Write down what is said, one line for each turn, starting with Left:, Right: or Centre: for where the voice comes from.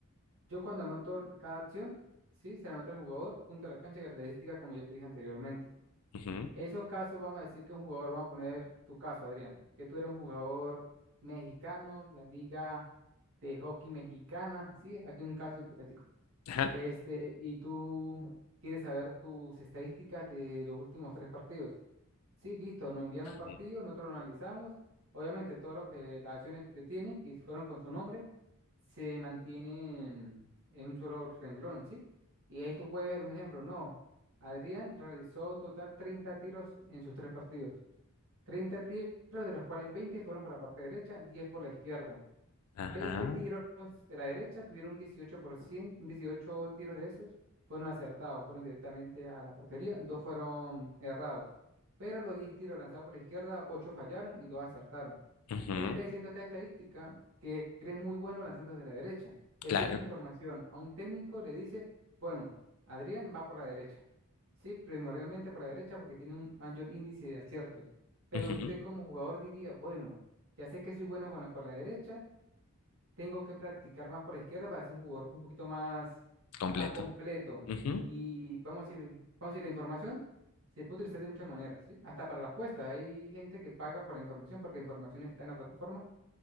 Right: Yo cuando anoto cada acción, sí, se la anota el jugador, punto de la cancha y característica, como ya te dije anteriormente.
Left: Ujú.
Right: En esos casos vamos a decir que un jugador, vamos a poner tu caso, Adrián, que tú eres un jugador mexicano, la liga de hockey mexicana, sí, aquí un caso hipotético.
Left: Ajá.
Right: Este, y tú quieres saber tus estadísticas de los últimos tres partidos. Sí, listo, nos envían los partidos,
Left: Bien.
Right: nosotros lo analizamos. Obviamente, todo lo que las acciones que usted tiene, que fueron con su nombre, se mantienen en un solo renglón, ¿sí? Y ahí tú puedes ver un ejemplo. No, Adrián realizó total 30 tiros en sus tres partidos. 30 tiros, de los cuales 20 fueron por la parte derecha, 10 por la izquierda.
Left: Ajá.
Right: 20 tiros de la derecha tuvieron 18%, 18 tiros de esos fueron acertados, fueron directamente a la portería, dos fueron errados. Pero los 10 tiros lanzados por la izquierda, 8 fallaron y 2 acertaron.
Left: ujú,
Right: ¿Qué te está diciendo esta estadística? Que eres muy bueno lanzando desde la derecha. Es
Left: Claro.
Right: si esta información a un técnico le dice, bueno, Adrián va por la derecha. Sí, primordialmente por la derecha porque tiene un mayor índice de aciertos. Pero
Left: ujú,
Right: usted como jugador diría, bueno, ya sé que soy bueno con la, por la derecha tengo que practicar más por la izquierda para ser un jugador un poquito más,
Left: Completo.
Right: más completo.
Left: ujú,
Right: Y vamos a decir, vamos a decir, la información se puede utilizar de muchas maneras, ¿sí? Hasta para las apuestas. Hay gente que paga por la información porque la información está en la plataforma